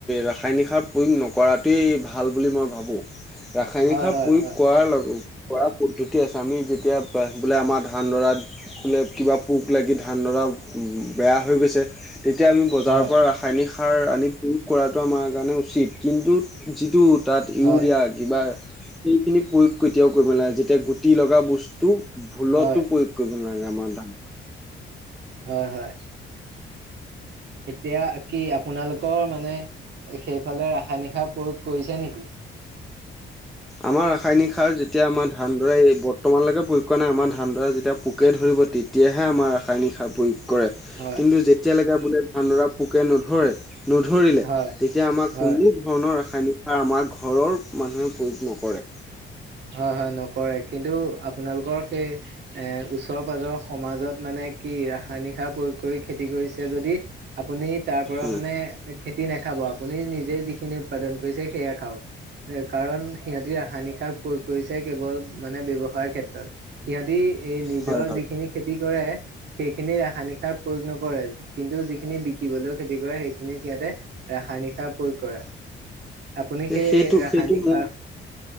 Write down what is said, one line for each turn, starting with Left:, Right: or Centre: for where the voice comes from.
Centre: ৰাসায়নিক সাৰ প্ৰয়োগ নকৰাটোৱেই ভাল বুলি মই ভাবোঁ। ৰাসায়নিক
Right: হয়
Centre: সাৰ
Right: হয়
Centre: প্ৰয়োগ
Right: হয়
Centre: কৰাৰ লগ কৰা পদ্ধতি আছে আমি যেতিয়া বোলে আমাৰ ধান ডৰা বোলে কিবা পোক লাগি ধানডৰা বেয়া হৈ গৈছে। তেতিয়া আমি বজাৰৰ
Right: হয়
Centre: পৰা ৰাসায়নিক সা সাৰ আনি প্ৰয়োগ কৰাটো আমাৰ কাৰণে উচিত কিন্তু যিটো তাত ইউৰিয়া
Right: হয়
Centre: কিবা সেইখিনি প্ৰয়োগ কেতিয়াও কৰিব নাগে যেতিয়া গুটি লগা বস্তু ভুলতো
Right: হয়।
Centre: প্ৰয়োগ কৰিব নালাগ আমা দা
Right: হয়, হয়। এতিয়া কি আপোনালোকৰ মানে এ সেইফালে ৰাসায়নিক সাৰ প্ৰয়োগ কৰিছে নেকি?
Centre: আমাৰ ৰাসায়নিক সাৰ যেতিয়া আমাৰ ধানডৰা বৰ্তমানলৈকে প্ৰয়োগ কৰা নাই আমাৰ ধানডৰা যেতিয়া পোকে ধৰিব তেতিয়াহে আমাৰ ৰাসায়নিক সাৰ প্ৰয়োগ কৰে
Right: হয়
Centre: কিন্তু যে যেতিয়ালৈকে বোলে ধানদৰা পোকে নধৰে নধৰিলে,
Right: হয়
Centre: তেতিয়া আমাৰ
Right: হয়
Centre: কোনো ধৰণৰ ৰাসায়নিক সাৰ আমাৰ ঘৰৰ মানুহে <unintelligible> নকৰে।
Right: হয় হয় নকৰে কিন্তু আপোনালোকৰ সেই এ ওচৰ পাজৰ সমাজত মানে কি ৰাসায়নিক সাৰ প্ৰয়োগ কৰি খেতি কৰিছে যদি আপুনি তাৰ পৰা
Centre: উম,
Right: মানে খেতি নাখাব আপুনি নিজে যিখিনি উৎপাদন কৰিছে সেয়া খাওক কাৰণ, সিহতি ৰসায়নিক সাৰ কৰিছে কেৱল মানে ব্যৱসায়ৰ ক্ষেত্ৰত। সিহতি এই নিজৰ
Centre: হয় হয়
Right: যিখিনি খেতি কৰে সেইখিনি ৰাসায়নিক সাৰ প্ৰয়োগ নকৰে কিন্তু যিখিনি বিকিবলৈও খেতি কৰে সেইখিনি সিহতে ৰাসায়নিক সাৰ প্ৰয়োগ কৰে। আপুনি সেই
Centre: সেইটো
Right: ৰাসায়নিক
Centre: সেইটো মোৰ
Right: সাৰ